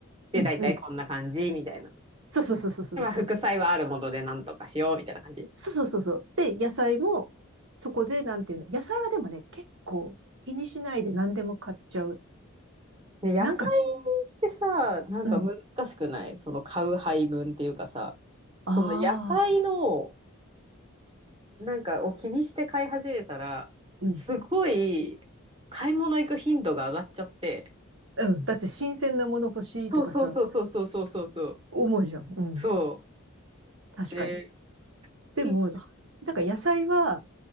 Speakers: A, on the right (about 25°); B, on the right (about 60°).
A: で、
B: うん、
A: 大体こんな感じ、
B: うん。
A: みたいな。
B: そうそうそうそうそうそう。
A: でまあ、副菜はあるものでなんとかしよう、みたいな感じ。
B: そうそうそうそう。で、野菜も、そこで、なんていうの。野菜はでもね、結構気にしないで何でも買っちゃう。
A: ね、野菜
B: なんか、
A: ってさ、なんか難しくないその買う配分っていうかさ、
B: うん。あ
A: その野菜の、
B: あ、
A: なんかを気にして買い始めたら、
B: うん。
A: すごい買い物行く頻度が上がっちゃって、
B: うん。だって新鮮なもの欲しいとかさ、
A: そうそうそうそうそうそうそうそう。
B: 思うじゃん。うん。
A: そ
B: 確かに。
A: う。で、
B: でも、
A: うん
B: なんから野菜は